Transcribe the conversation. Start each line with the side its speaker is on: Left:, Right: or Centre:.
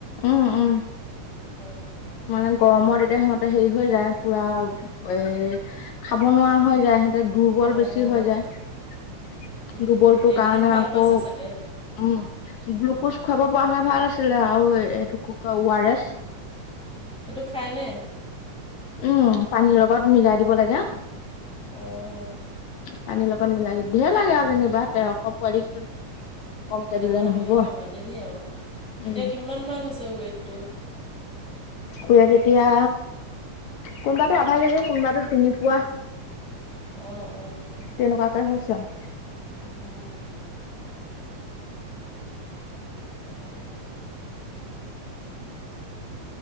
Left: উম উম।
Centre: অ।
Left: মানে গৰমত এতিয়া সিহঁতে হেৰী হৈ যায় পুৰা এ খাব নোৱাৰা হৈ যায়। সিহ সিহঁতে দুৰ্বল
Centre: অঁ
Left: বেছি হৈ যায়
Centre: সেইটোৱে
Left: দুৰ্বলটো
Centre: এইকেইদিন
Left: কাৰণে
Centre: ভাল
Left: আকৌ
Centre: পাইছে চাগে
Left: উম গ্লুকোছ খুৱাব পৰা হ'লে ভাল আছিলে আৰু এইটো কি কয় অ আৰ এছ।
Centre: সেইটো খায়নে?
Left: উম পানীৰ লগত মিলাই দিব লাগে
Centre: অ'।
Left: পানীৰ লগত মিলাই দি ধঢেৰ লাগে আৰু যেনিবা তেৰশ পোৱালিক। কমকে দিলে
Centre: অঁ
Left: নহ'ব
Centre: টো ধেমালী নি আৰু, এতিয়া
Left: উম
Centre: কিমান মান হৈছে ওৱেইট টো?
Left: ওৱেইট এতিয়া কোনোবাটো আধা কেজি কোনোবাটো তিনি পোৱা।
Centre: অ' অ'।
Left: তেনেকুৱাকে হৈছে আৰু।
Centre: উম, অহ।